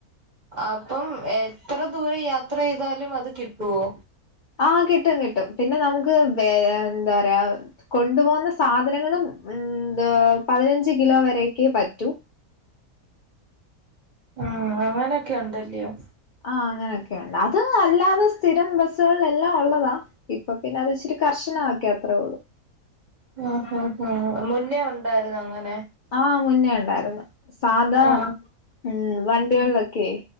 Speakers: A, on the right; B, on the left.
A: അപ്പം എത്ര ദൂരംയാ ത്ര ചെയ്താലും അത് കിട്ടുവോ
B: ആ കിട്ടും കിട്ടും പിന്നെ നമുക്ക് വേ എന്താ പറയാ കൊണ്ടുപോകുന്ന സാധനങ്ങളും എന്തോ പതിനഞ്ച് കിലോ വരക്ക് പറ്റും
A: ഉം അങ്ങനെയൊക്കെ ഉണ്ടല്ലോ
B: ആ അങ്ങനൊക്ണ്ട് അത് അല്ലാതെ സ്ഥിരം ബസ്സുകളിൽ എല്ലാം ഉള്ളതാ ഇപ്പൊ പിന്നെ അത് ഇച്ചിരി കർശനാക്കി അത്രേ ഒള്ളു
A: ഹ ഹ ഹാ മുന്നേ ഉണ്ടായിരുന്നോ ഇങ്ങനെ
B: ആ മുന്നേ ഉണ്ടായിരുന്ന് സാദാ
A: ആഹ്
B: ഉം വണ്ടികൾക്കെ